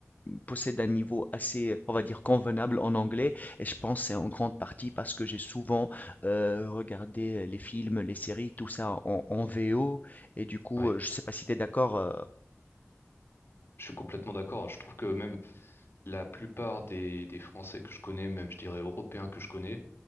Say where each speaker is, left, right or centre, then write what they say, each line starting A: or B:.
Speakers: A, on the left; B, on the left.
A: possède un niveau assez, on va dire, convenable en anglais, et je pense c'est en grande partie parce que j'ai souvent euh, regardé les films, les séries, tout ça en, en VO, et du coup,
B: Oui,
A: euh, je sais pas si tu es d'accord. euh,
B: je suis complètement d'accord. hein. Je trouve que même la plupart des, des Français que je connais, même je dirais européens que je connais,